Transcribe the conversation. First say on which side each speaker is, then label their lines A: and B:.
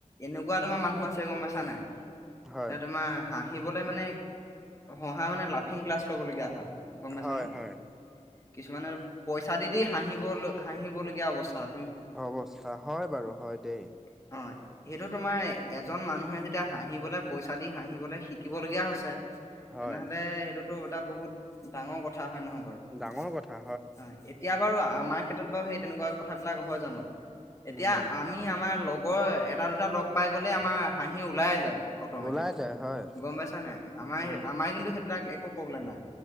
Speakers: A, on the left; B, in the centre.
A: এনেকুৱা তোমাৰ মানুহ আছে গম পাইছা নাই
B: হয়
A: এ তোমাৰ হাঁহিবলে মানে হঁহা মানে লাফিং ক্লাছ ল'বলগীয়া হয়। গম পাইছানে
B: হয় হয়
A: কিছুমানে পইচা দি দি হাঁহিব হাঁহিবলগীয়া অৱস্থাত
B: অৱস্থা হয় বাৰু হয় দেই
A: অ', সেইটো তোমাৰ এজন মানুহে যেতিয়া হাঁহিবলৈ পইচা দি হাঁহিবলৈ শিকিবলগীয়া হৈছে
B: হয়
A: তেনেহ'লে এইটোত টো এটা বহুত ডাঙৰ কথা হয় নহয় বাৰু হয়।
B: ডাঙৰ কথা
A: এতিয়া বাৰু আমাৰ ক্ষেত্ৰত বাৰু সেই তেনেকুৱা কথাবিলাক হয় জানো এতিয়া
B: উম
A: আমি আমাৰ লগ লগৰ এটা দুটা লগ পাই গলে আমাৰ হাঁহি ওলাই যায় অট'মেটিক
B: ওলাই যায় হয়
A: গম পাইছা নাই আমাৰ
B: উম
A: আমাৰ কিন্তু সেইট সেইবিলাক একো প্ৰব্লেম নাই